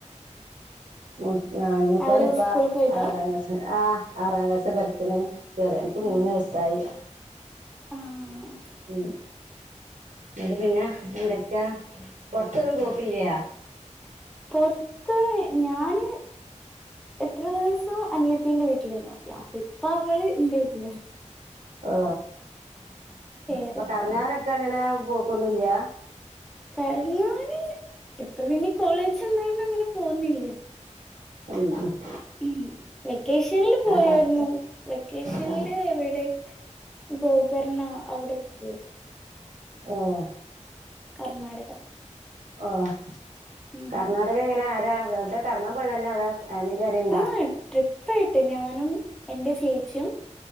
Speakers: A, on the right (about 75°); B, in the centre.
A: ആഹ മുത്തോന്
B: അവര്
A: ഇപ്പ
B: സ്കൂളിൽ പോയതാ
A: ആറാംക് ആഹ് ആറാം ക്ലാസ് പഠിക്കണ ചറേന്നക്ക
B: ഉം
A: മുന്ന്നായസായി
B: ആഹ്
A: ഉ എന്നണ്ട് പിന്നെ എന്തൊക്കെയാ പുറത്തൊന്നും പോക്കില്ലയാ
B: പൊറത്ത് ഞാന് എത്ര ദിവസം അനിയത്തിന്റെ വീട്ടിൽ വീട്ടോ അപ്പ ഇപ്പ അവള് എന്റെ വീട്ടില്
A: ആ
B: വേറെ
A: അപ്പൊ കറങ്ങാനൊക്കെ അങ്ങനെ പോക്കൊന്നില്ല
B: ക <unintelligible> ഞാന് ഇപ്പ പിന്നെ കോളേജ ഉണ്ടായ അങ്ങനെ തോന്നില്ല
A: ഉ <unintelligible>
B: ഉം വെക്കേഷനിൽ പോയായിരുന്നു
A: കറക്കം
B: വെക്കേഷനിില്
A: ആഹ്
B: എവിടെ ഗോകർണ അവിടെൊക്കെ പോയത്
A: ആഹ
B: കർണാടക
A: ആഹ
B: ഉം
A: കർണാടക എങ്ങനെ അ വെറുതെ കറങ്ങാ പോയ തന്നെ അതെ ഫാമിലി അറിയണ്ടാ
B: ആഹ് ട്രിപ്പായിട്ട് ഞാനും എന്റെ ചേച്ചിയും